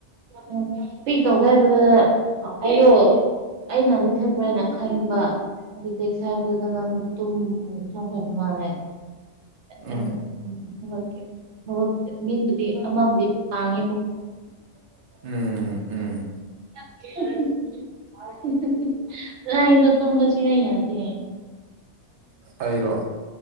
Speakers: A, on the right; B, on the right.
A: ꯎꯝ ꯄꯤꯛ ꯇꯧꯒꯦ ꯍꯥꯏꯕꯗ ꯑꯩꯗꯣ ꯑꯩꯅ ꯃꯨꯊꯠꯄ꯭ꯔ ꯍꯥꯏꯅ ꯈꯟꯕ ꯑꯗꯨ ꯁꯥꯕꯗ ꯃꯠꯇꯝ ꯁꯈꯉꯔꯦ
B: ꯎꯝ
A: ꯦꯗꯤ ꯃꯤꯕꯨꯗꯤ ꯑꯃꯕꯨꯗꯤ ꯄꯥꯡꯉꯦ
B: ꯎꯝ ꯎꯝ
A: <unintelligible> ꯑꯗ ꯇꯨꯝꯁ ꯍꯥꯏꯏ ꯌꯥꯗ
B: ꯑꯩꯔꯣ